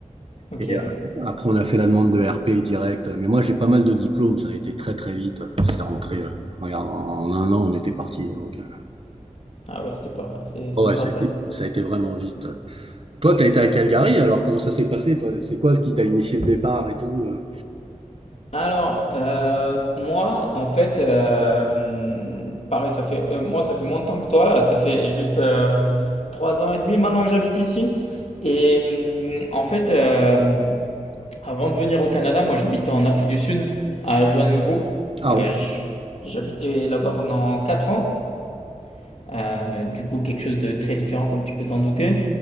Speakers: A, on the left; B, on the right.
A: Ok.
B: Et euh, après, on a fait la demande de RP direct. Mais moi, j'ai pas mal de diplômes. Ça a été très, très vite. Euh, C'est rentré. euh, Regarde, en en un an, on était parti. Donc, euh,
A: Ah ouais, c'était par- c'est- c'était
B: oh ouais,
A: parfait.
B: ça a été, ça a été vraiment vite. Toi, tu as été à Calgary. Alors, comment ça s'est passé, toi? C'est quoi ce qui t'a initié le départ et tout? euh
A: Alors, euh, moi, en fait, euh, pareil, ça fait, euh, moi, ça fait moins de temps que toi. Ça fait juste euh, trois ans et demi maintenant que j'habite ici. Et euh, en fait, euh, avant de venir au Canada, moi, j'habitais en Afrique du Sud, à Johannesburg.
B: Ah
A: Euh,
B: ouais.
A: j- j'habitais là-bas pendant quatre ans. Euh, du coup, quelque chose de très différent, comme tu peux t'en douter.